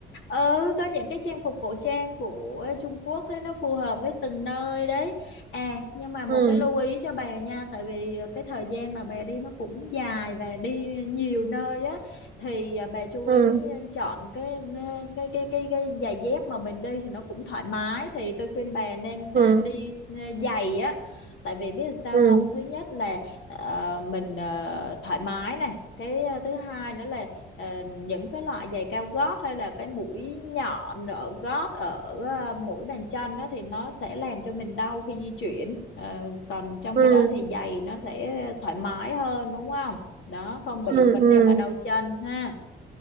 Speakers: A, on the left (about 75°); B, on the right (about 40°).
A: ừ có những cái trang phục cổ trang của ờ, Trung Quốc đấy nó phù hợp với từng nơi đấy à nhưng mà một
B: ừ
A: cái lưu ý cho bà nha tại vì ờ, cái thời gian mà bà đi nó cũng dài và đi nhiều nơi á thì à, bà chú
B: ừ
A: ý ờ, chọn cái ờ, cái cái cái cái giày dép mà mình đi thì nó cũng thoải mái thì tôi khuyên bà nên
B: ừ
A: à, đi à, giày á tại vì biết làm sao
B: ừ
A: không thứ nhất là ờ, mình ờ, thoải mái này cái ờ, thứ hai nữa là ờ, những cái loại giày cao gót hay là cái mũi nhọn ở gót ở ờ, mũi bàn chân đó thì nó sẽ làm cho mình đau khi di chuyển Ờ, còn trong
B: ừ
A: khi đó thì giày nó sẽ thoải mái hơn đúng không đó không bị
B: ừ
A: vấn
B: ừ
A: đề mà đau chân ha